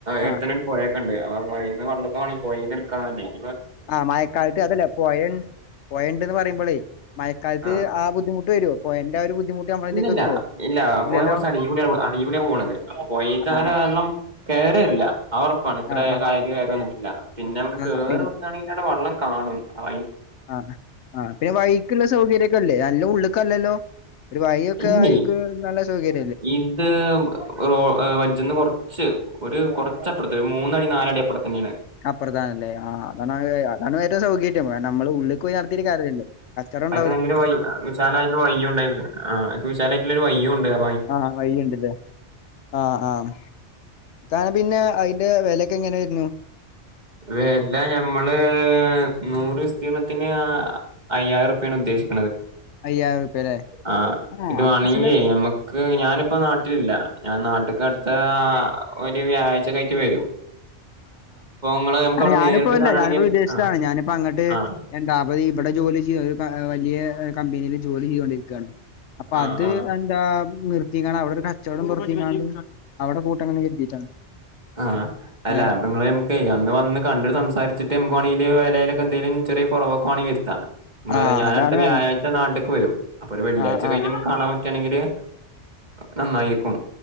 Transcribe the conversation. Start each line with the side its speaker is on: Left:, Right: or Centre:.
Right: എടുത്തൽ
Left: ആഹ്
Right: പോയ ക്ക ഉണ്ട് അ പോയിന്ന് വള്ളൊെണെ പോയിന്ന് എക്കൻല്ലേ
Left: ആഹ മായക്കാലത്ത് അതല്ലേ പോയ പോയണ്ട്ന്ന് പറയുമ്പോളേ മയക്കാലത്ത്
Right: ആഹ്
Left: ആ ബുദ്ധിമു് വരും അപ്പോൊ എന്റെ ഒരു ബുദ്ധിമുട്ട് നമ്മളിലേക്ക്
Right: ഇല്ലല്ല
Left: എത്തുവോ?
Right: ഇല്ല
Left: ഇല്ലല്ലോ
Right: പോയ കുറച്ച് അടിപൊടിയാണ് അടിപൊടിയാണ് പോകണത് അ പോയിക്ക അങ്ങനെ
Left: ആഹ്
Right: വെള്ളം വേറെരില്ല ആ ഉറപ്പാണ് ഇത്ര
Left: ആഹ്
Right: കക കാര്യം വന്നിട്ടില്ല പിന്നെ നമുക്ക്
Left: ആഹ്
Right: കേയറി
Left: ആഹ്
Right: കുത്തയാണെങ്കിൽ അടെ വള്ളം കാണും അ
Left: ആ ആ പിന്നെ വൈക്കുള്ള സൗകര്യൊക്കെല്ലേ നല്ല ഉള്ളക്കല്ലല്ലോ ഒരു വഴൊക്കെ
Right: ഇല്ലേ
Left: അയൾക്ക് നല്ല സൗകര്യം
Right: ഇത് റോ വജന്ന് കൊറച്ച് ഒരു കുറച്ചപ്പുത്തെ ഒരു മൂന്നടി നാല അടി അപ്പുറത്ത തന്നെയാണ്
Left: അപ്രധാന അല്ലേ ആഹ് അതാണ് അതാണ് ഏറ്റവും സൗകര്യം കാരണം നമ്മള് ഉള്ളിൽ പോയി നടത്തിയിട്ട കാര്യമല്ലോ കറം
Right: അത നല്ലൊരു വ വിശാലായിട്ട് വയ്യ ഉണ്ടായി വിശാലായിട്ടുള്ള ഒരു വയ്യുണ്ട് അ
Left: ആഹ വഴുണ്ടല്ലേ ആഹ ആഹ് കാരണം പിന്നെ അതിന്റെ വിലയൊക്കെ എങ്ങനൊയിരുന്നു
Right: വില ഞമ്മള് നൂറ് വിസ്തീർണത്തിന് അയ്യായിരം രുപ്യാണ് ഉദ്ദേശിക്ക
Left: അയ്യായിരം റുപ്യ അല്ലേ
Right: ആഹ
Left: ആഹ്
Right: ഇത്
Left: അത്
Right: വേണെങ്കേ
Left: നല്ല
Right: ഞമ്മുക്ക് ഞാനിപ്പോ നാട്ടിലില്ല ഞാൻ നാട്ടക്ക് അടുത്ത ഒരു വ്യാഴ്ച കയറ്റ്് വരും ഇങ്ങള് നമുക്ക്
Left: അ
Right: അവിടെ
Left: ഞാനിപ്പോ
Right: നേരിട്ട്
Left: ഇല്ല
Right: കാണാണെങ്കി
Left: ഞാനിപ്പോ വിദേശത്താണ്
Right: ആഹ്
Left: ഞാനിപ്പോ അങ്ങോട്ട്
Right: ആഹ്
Left: എന്താത് ഇവിടെ ജോലി ചെയ്യും വലിയ കമ്പനിൽ ജോലി ചെയ്തൊണ്ടിരിക്കുകയാണ് അപ്പ
Right: ആഹ്
Left: അത്
Right: ആഹ്
Left: എന്താ നിർത്തിക്ക അവിടെ ഒരു കച്ചവടം പുറത്തിണ്ട് അവിടെ കൂട്ടങ്ങന്ന് കരുതിയിട്ടാണ്
Right: ആഹ അല്ലാങ്ങള്
Left: ഏഹ്
Right: നമക്ക് അന്ന് വന്ന് കണ്ട സംസാരിച്ചിട്ട് നമക്ക് വേണെങ്ക വില എന്തങ്കിലും ചെറിയ കുറവൊക്കെേണെങ്കിൽരുത്ത
Left: ആഹ്
Right: ഞാന
Left: അതാണ്
Right: അടുത്ത വ്യാഴ്ച്ച
Left: നല്ലത്
Right: നാട്ടേക്ക് വരും അപ്പൊ ഒരു വെള്ളിയാഴ്ച
Left: ആഹ്
Right: കഴിഞ്ഞ്
Left: ആഹ്
Right: നമുക്ക് കാണാൻ പറ്റുകയാണെങ്കില് നന്നായിരിക്കും